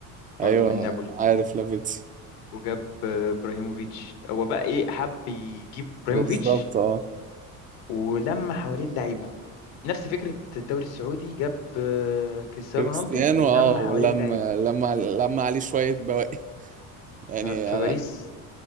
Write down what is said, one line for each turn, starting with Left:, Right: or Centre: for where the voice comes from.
Right: ايوه
Left: برضه من نابولي
Right: عارف لافيتسي
Left: وجاب آه، ابراهيموفيتش هو بقى ايه حب يجيب ابراهيموفيتش
Right: بالظبط اه
Left: ولما حواليه اللعيبة نفس فكرة الدوري السعودي جاب آه، كريستيانو
Right: وكريستيانو
Left: رونالدو ولما
Right: اه
Left: حواليه
Right: لما
Left: اللعيبة
Right: لما لما عليه شوية بواقي <laughs> يعني
Left: ف- فباريس
Right: انا